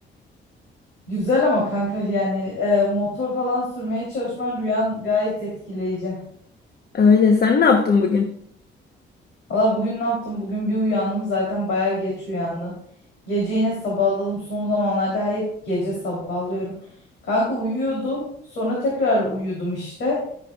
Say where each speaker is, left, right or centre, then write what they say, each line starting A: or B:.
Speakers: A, on the left; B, on the left.
A: Güzel ama kanka yani e, motor falan sürmeye çalışman rüyan gayet etkileyici.
B: Öyle sen ne yaptın bugün?
A: Valla bugün ne yaptım? Bugün bir uyandım zaten baya geç uyandım. Gece yine sabahladım. Son zamanlarda hep gece sabahlıyorum. Kanka uyuyordum. Sonra tekrar uyudum işte.